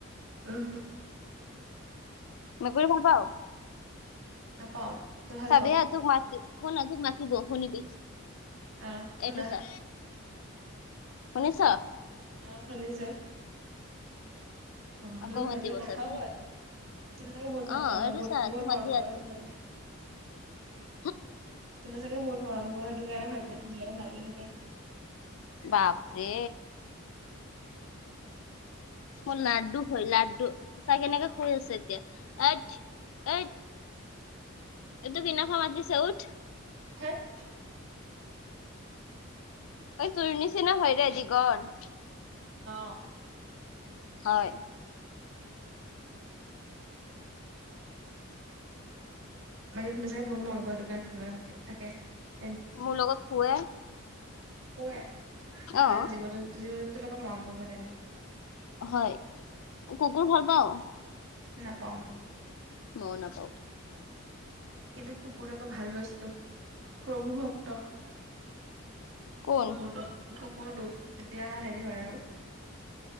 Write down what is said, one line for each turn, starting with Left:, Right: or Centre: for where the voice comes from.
Right: উ হ
Left: মেকুৰি ভাল পাৱ?
Right: নাপাওঁ। তই ভাল
Left: চাভি
Right: পাওঁ।
Left: হা তোক মাতি শুন না তোক মাতিব শুনিবি
Right: আহ খোনা
Left: এইটো চা শুনিছ?
Right: অ শুনিছোঁ। অ
Left: আকৌ
Right: বোলে মেকুৰী
Left: মাতিব
Right: কথাও
Left: চাবি হা
Right: কয় তুই চাগে বহুত ভাল
Left: অ
Right: পাৱ
Left: এইটো
Right: ন, বহুত
Left: চা
Right: বহুত
Left: তোক মাতি
Right: মৰম কৰা
Left: আছে
Right: সেইটো কাৰণে।
Left: <inaudible>
Right: তহঁতি চাগে বহুত মৰম কৰ সেইটো কাৰণে ভালকে থবি ভালকে থাকে।
Left: বাপৰে অ লাড্ডু হয় লাড্ডু চা কেনেকে শুই আছে এতিয়া অইঠ অইঠ ঐ তোক বিনাফে মাতিছে উঠ।
Right: হাত
Left: ঐ তোৰ নিচিনা হয়ৰে দীঘল
Right: অঁ
Left: হয়
Right: বাকী তুমি চাগে বহুত মৰম কৰ সেইটো কাৰণে তোমাৰ লগতে থাকে থাকে
Left: মোৰ লগত শুয়ে।
Right: শুৱে, ভাল
Left: অ
Right: জীৱ -জন্তু জীৱ- জন্তুৰ লগত মৰম কৰিব লাগে।
Left: হয় কুকুৰ ভাল পাৱ?
Right: নাপাওঁ।
Left: মইও নাপাওঁ।
Right: কিন্তু কুকুৰ আকৌ ভাল বস্তু। প্ৰভু ভক্ত
Left: কোন
Right: কুকুৰটো কোৰটো তেতিয়া হেৰি হয় আৰু